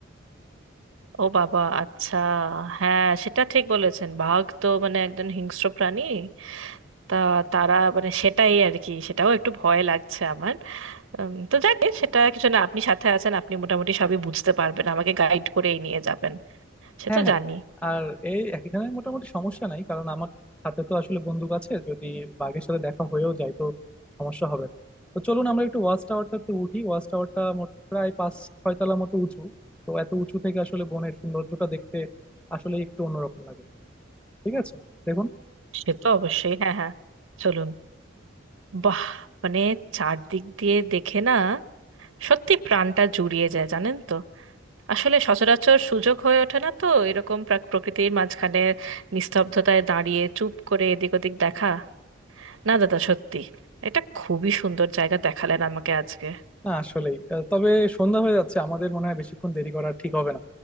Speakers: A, on the right (about 80°); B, in the centre.
A: ও বাবা আচ্ছা হ্যাঁ সেটা ঠিক বলেছেন বাঘ তো মানে একজন হিংস্র প্রাণী তা তারা মানে সেটাই আর কি সেটাও একটু ভয় লাগছে আমার উম, তো যাক এ সেটা কিছু না আপনি সাথে আছেন আপনি মোটামুটি সবই বুঝতে পারবেন আমাকে গাইড করেই নিয়ে যাবেন সে
B: হ্যাঁ
A: তো
B: হ্যাঁ
A: জানি
B: আর এই এখানে মোটামুটি সমস্যা নাই কারণ আমার সাথে তো আসলে বন্দুক আছে যদি বাঘের সাথে দেখা হয়েও যায় তো সমস্যা হবে না তো চলুন আমরা একটু ওয়াচ টাওয়ারটা একটু উঠি ওয়াচ টাওয়ারটা মোট প্রায় পাঁচ ছয় তলা মতো উঁচু তো এত উঁচু থেকে আসলে বনের সৌন্দর্যটা দেখতে আসলে একটু অন্যরকম লাগে ঠিক আছে দেখুন
A: সে তো অবশ্যই হ্যাঁ হ্যাঁ চলুন বাহ মানে চারদিক দিয়ে দেখে না সত্যি প্রাণটা জুড়িয়ে যায় জানেন তো আসলে সচরাচর সুযোগ হয়ে ওঠে না তো এরকম প্রাক- প্রকৃতির মাঝখানে নিস্তব্ধতায় দাঁড়িয়ে চুপ করে এদিক ওদিক দেখা না দাদা সত্যি এটা খুবই সুন্দর জায়গা দেখালেন আমাকে আজকে
B: না আসলেই আহ, তবে সন্ধ্যা হয়ে যাচ্ছে আমাদের মনে হয় বেশিক্ষণ দেরি করা ঠিক হবে না